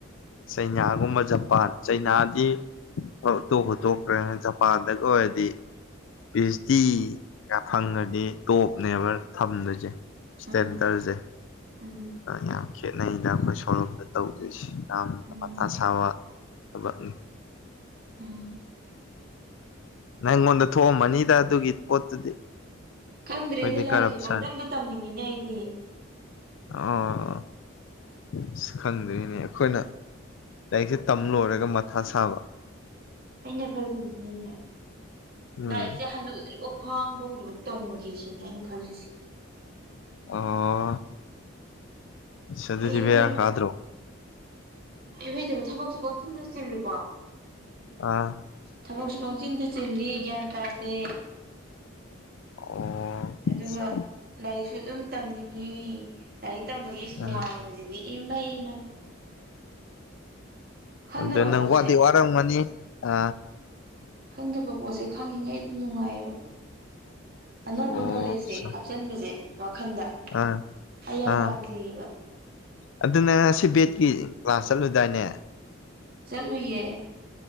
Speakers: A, on the left (about 65°); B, on the right (about 45°).
A: ꯆꯩꯅꯥꯒꯨꯝꯕ ꯖꯄꯥꯟ ꯆꯩꯅꯥꯗꯤ ꯑꯣ ꯇꯣꯛꯄꯨ ꯇꯣꯛꯈ꯭ꯔꯦ ꯖꯄꯥꯟꯗꯒ ꯑꯣꯏ ꯇꯤ ꯄꯤ ꯑꯩꯆ ꯗꯤ ꯀ ꯐꯪꯉꯗꯤ ꯇꯣꯞꯅꯦꯕ ꯊꯝꯗꯣꯏꯁꯦ ꯁ꯭ꯇꯦꯟꯗꯔꯁꯦ
B: ꯎꯝ ꯎꯝ
A: ꯌꯥꯝ ꯈꯦꯠꯅꯩꯗ ꯑꯩꯈꯣꯏ ꯁꯣꯔꯂꯣꯝꯇ ꯇꯧꯗꯣꯏꯁꯦ ꯌꯥꯝꯅ
B: ꯎꯝ
A: ꯃꯊꯥ ꯁꯥꯕ ꯊꯕꯛꯅꯤ
B: ꯎꯝ
A: ꯅꯪ ꯉꯣꯟꯗ ꯊꯣꯛꯑꯝꯃꯅꯤꯗ ꯑꯗꯨꯒꯤ ꯄꯣꯠꯇꯨꯗꯤ
B: ꯈꯟꯗ꯭ꯔꯦꯅꯦ
A: ꯑꯩꯈꯣꯏꯗꯤ
B: ꯂꯥꯏꯔꯤꯛꯁꯦ
A: ꯀꯔꯞꯁꯟ
B: ꯄꯪꯇꯝꯗ ꯇꯝꯅꯤꯡꯉꯤꯅꯦ ꯑꯩꯗꯤ
A: ꯑꯣ ꯑꯁ ꯈꯪꯗ꯭ꯔꯤꯅꯦ ꯑꯩꯈꯣꯏꯅ ꯂꯥꯏꯔꯤꯛꯁꯦ ꯇꯝ ꯂꯣꯏꯔꯒ ꯃꯊꯥ ꯁꯥꯕ
B: ꯑꯩꯅ ꯈꯜꯂꯤꯁꯤꯅꯅꯦ
A: ꯎꯝ
B: ꯂꯥꯏꯔꯤꯛꯁꯦ ꯍꯅꯨꯗ꯭ꯔꯤꯕꯥꯎ ꯈ꯭ꯋꯥꯡ ꯀꯣꯟꯗ꯭ꯔꯤꯕꯥꯎ ꯇꯝꯃꯒꯦ ꯁꯤꯅꯦ ꯑꯩ ꯈꯜꯂꯤꯁꯤ
A: ꯑꯣ ꯁ ꯑꯗꯨꯗꯤꯕꯚꯌꯥ
B: ꯍꯩꯕ
A: ꯈꯥꯗ꯭ꯔꯣ
B: ꯏꯍꯩꯇꯕ ꯊꯕꯛꯁꯨ ꯀꯪꯁꯤꯤꯟꯗ ꯆꯦꯜꯂꯤꯀꯣ
A: ꯑꯥ
B: ꯊꯕꯛꯁꯨ ꯄꯪꯆꯤꯟꯗ ꯆꯤꯜꯂꯤ ꯒ꯭ꯌꯥꯟ ꯇꯥꯗꯦ
A: ꯑꯣ
B: ꯑꯗꯨꯒ
A: ꯑꯠꯆꯥ
B: ꯂꯥꯏꯔꯤꯛꯁꯨ ꯑꯗꯨꯝ ꯇꯝꯅꯤꯡꯉꯤ ꯂꯥꯏꯔꯤꯛ ꯇꯝꯕꯒꯤ ꯅꯨꯡꯉꯥꯏꯕꯁꯤꯗꯤ
A: ꯑꯥ
B: ꯏꯚꯥꯏ ꯏꯃꯥꯏ ꯈꯪꯗꯕ
A: ꯑꯗꯨꯗ ꯅꯪ
B: ꯄꯣꯠꯁꯦ
A: ꯋꯥꯗꯤꯩ ꯋꯥꯔꯝꯒꯅꯤ ꯑ
B: ꯈꯪꯗꯕ ꯄꯣꯠꯁꯦ ꯈꯪꯉꯤꯉꯩ ꯑꯗꯨꯝ ꯅꯨꯡꯉꯥꯏꯌꯦꯕ ꯑꯅꯧꯕ
A: ꯑꯣ
B: ꯅꯣꯂꯦꯖꯁꯦ
A: ꯑꯠꯆꯥ
B: ꯍꯥꯨꯞꯆꯟꯕꯁꯦ ꯋꯥꯈꯟꯗ
A: ꯑꯥ
B: ꯑꯩ ꯌꯥꯝ
A: ꯑꯥ
B: ꯄꯥꯝꯖꯩꯌꯦꯕ
A: ꯑꯗꯨꯅ ꯁꯤ ꯕꯦꯠꯀꯤ ꯀ꯭ꯂꯥꯁ ꯆꯠꯂꯨꯗꯥꯏꯅꯦ
B: ꯆꯠꯂꯨꯌꯦ